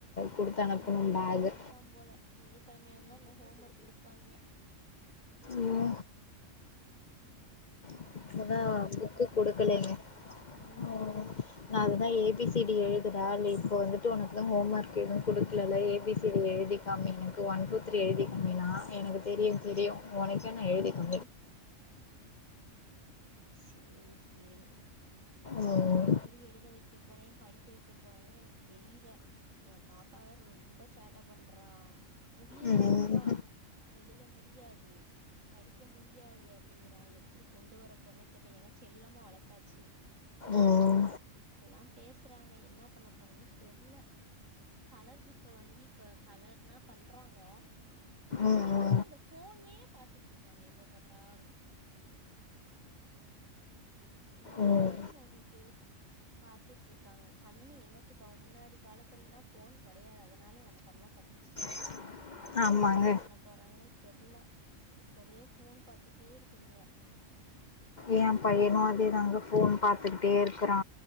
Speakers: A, on the left; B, on the right.
A: கொடுத்து அனுப்பணும்
B: இவுங்களுக்கு
A: பேகு
B: அப்டித்தா போல திங்க கெழமையா இருந்தா இன்னு ஹோம் ஒர்க் குடுப்பாய்ங்க
A: உம்
B: அ
A: <unintelligible>
B: நம்ம தான் சொல்லிக்
A: புக்கு
B: குடுக்கணும்.
A: குடுக்கலைங்க
B: ம்.
A: உம் நாங்க தா ஏபிசிடி எழுதுறா இப்போ வந்துட்டு உனக்கு தா ஹோம் ஒர்க் எதுவு குடுக்கலல ஏபிசிடி எழுதி மம்மி எனக்கு ஒன் டூ த்ரீ எழுதி காமினா எனக்கு தெரியு தெரியு ஒனக்கே நா எழுதி
B: ம்.
A: காமி
B: சேரி சேரி
A: ம்
B: நா எப்டி எழுத வைக்க குறையு படிக்க வைக்க போறேனே எனக்கு தெரியல ஏ பாப்பாவ ரொம்ப சேட்ட பண்றா முடியாதுங்றா
A: ம் ம்
B: எழுத முடியாது படிக்க முடியாது அப்டிங்றா எப்டி கொண்டு வர போறனே தெர்ல ஏனா செல்லமா வளத்தாச்சு
A: உம்
B: இப்பல்லா பேசுறாங்க என்ன பண்ண போறேனே தெர்ல கலர் புக்க வாங்கி இப்ப கலர்னா பண்றாங்க
A: ம்
B: திடீர்னு அந்த ஃபோன்னே பாத்துட்டு இருக்காங்க எப்ப பாத்தாலு மொபைலே
A: ம்
B: நோண்டிட்டு பாத்துட்டு இருக்காங்க கண்ணு என்னத்து ஆவு முன்னாடி காலத்துலனா ஃபோன் கெடயாது அதனாலே நம்ம கண்ண தப்பிச்சிச்சு
A: <inaudible>
B: இவுங்க
A: ஆமாங்க
B: என்ன பண்ண போறாங்னே தெர்ல இப்பவே ஃபோன் பாத்துட்டே இருக்குதுங்க
A: எ பையனு அதே தாங்க ஃபோன் பாத்துகிட்டேருக்றா